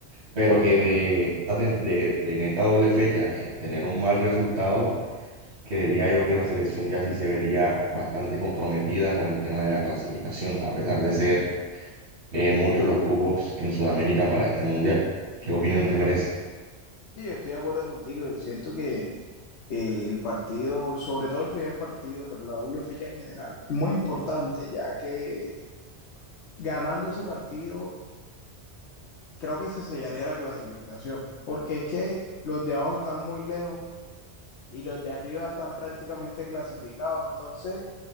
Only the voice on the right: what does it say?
pero que de, esta tem- de- de en esta doble fecha eh, tener un mal resultado, creería yo que la selección ya sí se vería bastante comprometida con el tema de la clasificación, a pesar de ser eh, muchos los cupos en Sudamérica para este mundial. ¿Qué opinión te merece?